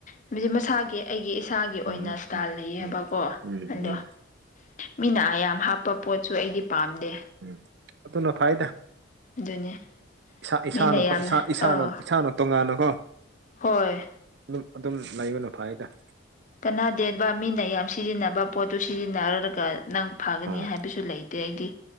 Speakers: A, on the left; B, on the right.
A: ꯑꯗꯨꯗꯤ ꯃꯁꯥꯒꯤ ꯑꯩꯒꯤ ꯏꯁꯥꯒꯤ ꯑꯣꯏꯅ
B: ꯎꯝ ꯎꯝ
A: ꯏꯁꯇꯥꯏꯜ
B: ꯎꯝ
A: ꯂꯩꯌꯦꯕꯀꯣ
B: ꯎꯝ ꯎꯝ
A: ꯑꯗꯣ
B: ꯎꯝ
A: ꯃꯤꯅ ꯑꯌꯥꯝ ꯍꯥꯞꯄ ꯄꯣꯠꯁꯨ ꯑꯩꯗꯤ ꯄꯥꯝꯗꯦ
B: ꯎꯝ ꯑꯗꯨꯅ ꯐꯥꯏꯗ
A: ꯑꯗꯨꯅꯤ
B: ꯏꯁꯥ ꯏꯁꯥꯅꯀꯣ
A: ꯃꯤꯅ ꯌꯥꯝꯅ
B: ꯏꯁꯥ ꯏꯁꯥꯅ
A: ꯑꯥ
B: ꯏꯁꯥꯅ ꯇꯣꯉꯥꯟꯅ ꯍꯥ
A: ꯍꯣꯏ
B: ꯑꯗꯨꯝ ꯑꯗꯨꯝ ꯂꯩꯕꯅ ꯐꯥꯏꯗ
A: ꯀꯅꯥ ꯗꯦꯟꯕ ꯃꯤꯅ ꯌꯥꯝ ꯁꯤꯖꯤꯟꯅꯕ ꯄꯣꯠꯇꯨ ꯁꯤꯖꯤꯟꯅꯔꯔꯒ ꯅꯪ ꯐꯒꯅꯤ
B: ꯎꯝ
A: ꯍꯥꯏꯕꯁꯨ ꯂꯩꯇ ꯑꯩꯗꯤ